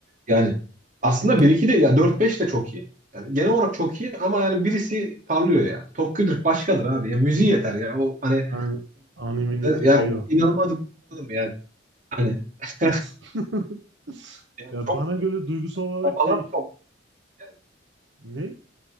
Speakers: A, on the right; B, on the right.
A: Yani aslında bir iki değil ya dört beş de çok iyi. Yani genel olarak çok iyi ama yani birisi parlıyor ya. Tokyo'dur, başkadır abi. Ya müziği yeter ya. O hani
B: Yani animini tikiyor.
A: ya o inanılmaz bir film yani. Hani <laughs>
B: <laughs>
A: yani
B: Ya
A: çok
B: bana
A: güzel.
B: göre duygusal olarak
A: Arabalar
B: şey
A: çok güzel.
B: ne?